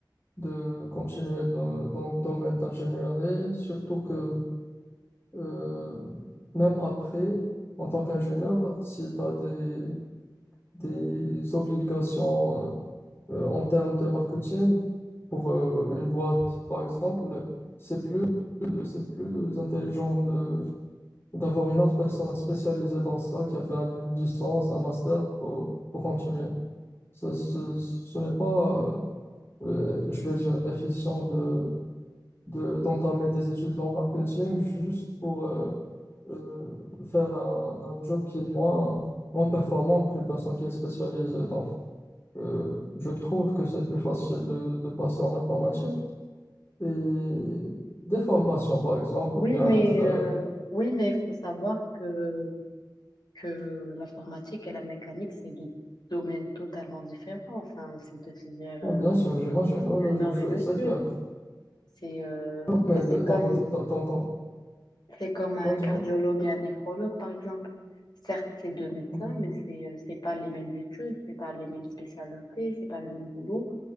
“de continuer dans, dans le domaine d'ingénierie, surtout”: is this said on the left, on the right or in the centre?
Left